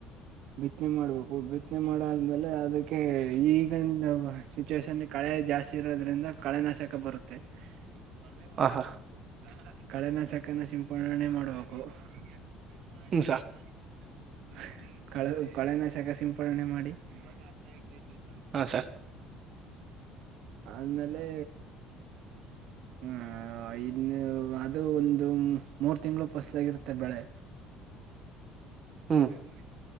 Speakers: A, on the right; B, on the right.
A: ಬಿತ್ತನೆ ಮಾಡ್ಬೇಕು ಬಿತ್ತನೆ ಮಾಡಾದ್ಮೇಲೆ ಅದಕ್ಕೆ ಈಗಂದು ಸಿಚುವೇೇಶನ್ ಕಳೆ ಜಾಸ್ತಿ ಇರೋದ್ರಿಂದ ಕಳೆನಾಶಕ ಬರುತ್ತೆ ಬರ್ದೇ ಬಾಬಿೋಡ್
B: ಹ ಹಾ
A: ಕಳೆನ ಚಕನ ಸಿಂಪಣೆ ಮಾಡ್ಬೇಕು ಏನ್ ಮಾಡಿ
B: ಹ್ಮ್
A: ಅಂತ
B: ಸರ್
A: ನ <inaudible> ಕಳು ಕಳೆನ ಶಕ ಸಿಂಪಣೆ ಮಾಡಿ ಬಾಯ್
B: ಹಾ ಸರ್
A: ಆದ್ಮೇಲೆ ಹಹ ಇನ್ನು ಅದು ಒಂದು ಮೂರ್ ತಿಂಗಳು ಫಸ್ಲಾಗಿರುತ್ತೆ ಬೆಳೆ
B: ಹ್ಮ್
A: ಒಳ್ಳೆ ಭವಿ